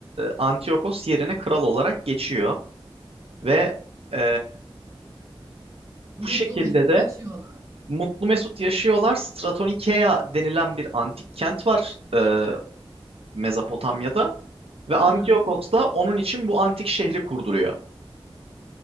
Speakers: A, on the right (about 80°); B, on the right (about 30°).
A: Antiochos yerine kral olarak geçiyor ve e,
B: Mutlu
A: bu şekilde
B: mesut
A: de
B: yaşıyorlar.
A: mutlu mesut yaşıyorlar. Stratonikea denilen bir antik kent var e, Mezopotamya'da ve Antiochos
B: Hı hı.
A: da onun için bu antik şehri kurduruyor.